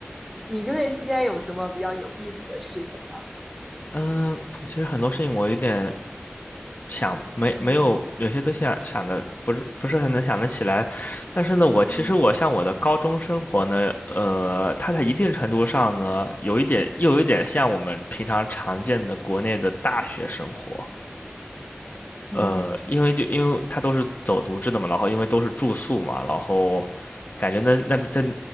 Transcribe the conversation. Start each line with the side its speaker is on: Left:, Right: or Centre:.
Centre: 你就业期间有什么比较有意思的事情吗？
Left: 嗯，其实很多事情我有点想没没有有些东西啊想的不是不是很能想得起来，
Centre: 嗯
Left: 但是呢，我其实我像我的高中生活呢，
Centre: 嗯
Left: 呃，它在一定程度上呢，有一点又有一点像我们平常常见的国内的大学生活。呃，
Centre: 嗯
Left: 因为就因为他都是走读制的嘛，然后因为都是住宿嘛，然后感觉那那在